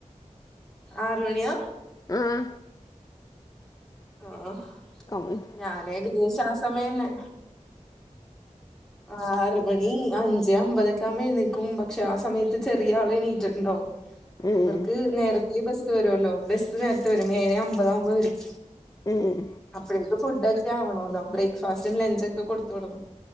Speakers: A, in the centre; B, on the left.
A: ആറ്മണിയ
B: ആഹ്
A: ആഹ്
B: ഉം
A: ഞാന് ഏകദേശം ആ സമയന്നെ ആറ മണി അഞ്ച് അമ്പതൊക്കെ ആവുമ്പോ എഴുന്നക്കും പക്ഷെ ആ സമയത്ത് ചെറിയ ആൾ എണീറ്റിട്ട്ണ്ടവും <inaudible>
B: ഉം
A: ഇവർക്ക് നേരത്തെ ബസ്സ് വരുല്ലോ ബസ് നേരത്തെ വരും ഏഴേ അമ്പത് ആവുമ്പോ വരും
B: ഉം
A: അപ്പോഴേക്ക് ഫുഡ ഒക്കെ ആവണല്ലോ ബ്രേക്ക്ഫാസ്റ്റും ലഞ്ച് ഒക്കെ കൊടുത്ത വിടണം